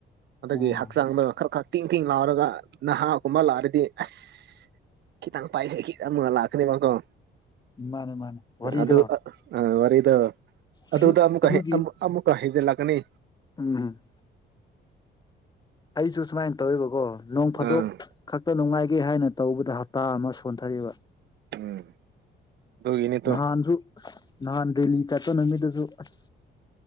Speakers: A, on the right (about 60°); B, on the left (about 20°).
A: ꯑꯗꯒꯤ
B: ꯑꯣ
A: ꯍꯛꯆꯥꯡꯗ ꯈꯔꯛ ꯈꯔꯛ ꯇꯤꯡ ꯇꯤꯡ ꯂꯥꯎꯔꯒ ꯅꯍꯥꯒꯨꯝꯕ ꯂꯥꯛꯔꯗꯤ ꯑꯁ ꯈꯤꯇꯪ ꯄꯥꯏꯖꯦ ꯈꯤꯠ ꯑꯃ ꯂꯥꯛ ꯈꯨꯗꯤꯡꯃꯛꯇꫭ
B: ꯃꯥꯅꯦ ꯃꯥꯅꯦ ꯋꯥꯔꯤꯗꯣ
A: ꯑꯗꯨ ꯑ ꯋꯥꯔꯤꯗ
B: ꯑꯗꯨ
A: ꯑꯗꯨꯗ ꯑꯃꯨꯛ
B: ꯑꯗꯨꯒꯤ
A: ꯑꯃꯨꯛꯀ ꯍꯩꯖꯤꯜꯂꯛꯀꯅꯤ
B: ꯎꯝ ꯑꯩꯁꯨ ꯁꯨꯃꯥꯏꯅ ꯇꯧꯋꯕꯀꯣ ꯅꯣꯡ ꯐꯥꯗꯣꯛ
A: ꯑꯥ
B: ꯈꯛꯇ ꯅꯨꯡꯉꯥꯏꯦ ꯒꯦ ꯍꯥꯏꯅ ꯇꯧꯕꯗ ꯍꯞꯇꯥ ꯑꯃ ꯁꯣꯟꯊꯔꯤꯕ
A: ꯎꯝ ꯑꯗꯨꯒꯤꯅꯤꯇꯣ
B: ꯅꯍꯥꯟꯁꯨ ꯑꯁ ꯅꯍꯥꯟ ꯗꯦꯂꯤ ꯆꯠꯄ ꯅꯨꯃꯤꯠꯇꯁꯨ ꯑꯁ